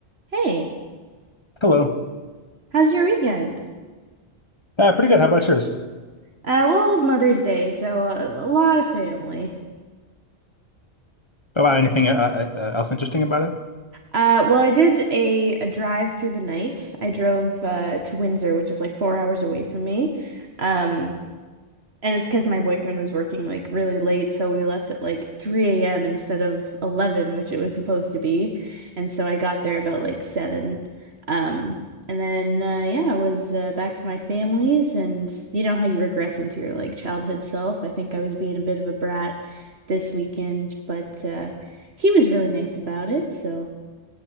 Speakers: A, on the right (about 65°); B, on the left (about 25°).
A: Hey,
B: Hello.
A: how's your weekend?
B: Uh, pretty good. How about yours?
A: Uh, well, it was Mother's Day, so a, a lot of family.
B: Oh, wow, anything uh, uh, uh, else interesting about it?
A: Uh, well, I did a, a drive through the night. I drove uh, to Windsor, which is like four hours away from me. Um, And it's because my boyfriend was working like really late, so we left at like 3 a.m. instead of 11, which it was supposed to be. And so I got there about like 7. Um, and then uh, yeah, I was uh, back to my family's, and you know how you regress into your like childhood self. I think I was being a bit of a brat this weekend, but uh, he was really nice about it, so